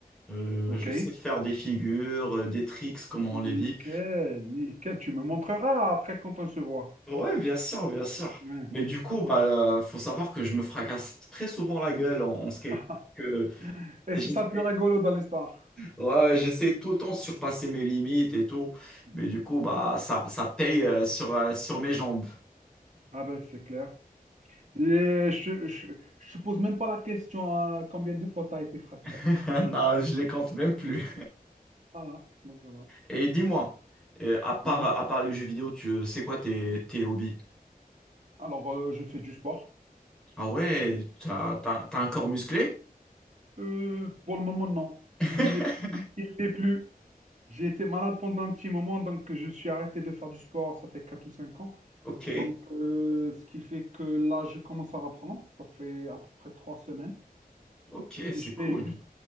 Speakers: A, in the centre; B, on the right.
A: Euh,
B: OK.
A: je sais faire des figures, euh, des tricks, comme on
B: Nickel,
A: les dit.
B: nickel. Tu me montreras après quand on se voit.
A: Ouais, bien sûr, bien sûr.
B: Ouais,
A: Mais du coup,
B: ça marche.
A: bah, euh, faut savoir que je me fracasse très souvent la gueule en, en skate.
B: <laughs>
A: Que
B: Et
A: j'essaie,
B: c'est ça le plus rigolo dans l'histoire.
A: ouais, j'essaie tout le temps de surpasser mes limites et tout.
B: Mhm.
A: Mais du coup, bah, ça, ça paye euh, sur, euh, sur mes jambes.
B: Ah ben, c'est clair. Et je, je, je te pose même pas la question à combien de fois t'as été fracturé.
A: <laughs> Non, je les compte même plus.
B: Voilà, donc voilà.
A: Et dis-moi, euh, à part,
B: Mhm.
A: à part les jeux vidéo, tu, c'est quoi tes, tes hobbies?
B: Alors, euh, je fais du sport.
A: Ah ouais, t'as, t'as, t'as un corps musclé?
B: Euh, pour le moment, non.
A: <laughs>
B: Il y est, il l'est plus. J'ai été malade pendant un petit moment, donc je me suis arrêté de faire du sport, ça fait 4 ou 5 ans.
A: Ok,
B: Donc, euh, ce qui fait que là, je commence à reprendre. Ça fait à peu près 3 semaines.
A: ok,
B: Puis
A: c'est
B: je
A: cool.
B: fais juste,